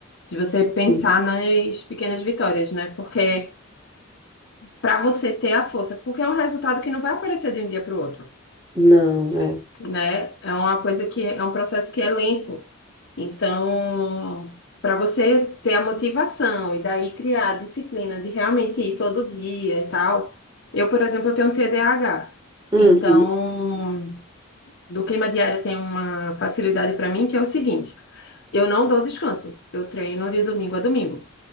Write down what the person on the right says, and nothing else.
<laughs>
Não, é.
Uhum.